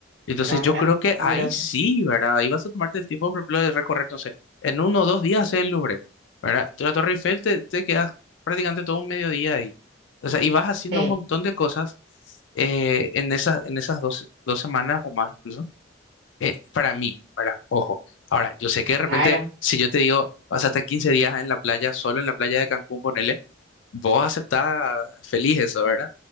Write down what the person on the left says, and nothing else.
Entonces
yo creo que
ahí sí, ¿verdad? Ahí vas a tomarte el tiempo, por ejemplo, de recorrer, no sé, en uno o dos días hacer el Louvre, ¿verdad? La Torre Eiffel te, te quedas prácticamente todo un mediodía ahí. O sea, y vas haciendo
un montón de cosas eh, en esas, en esas dos, dos semanas o más, incluso eh, para mí, para, ojo. Ahora, yo sé que de
repente, si yo te digo, vas a estar 15 días en la playa, solo en la playa de Cancún, ponele, vos aceptás feliz eso, ¿verdad?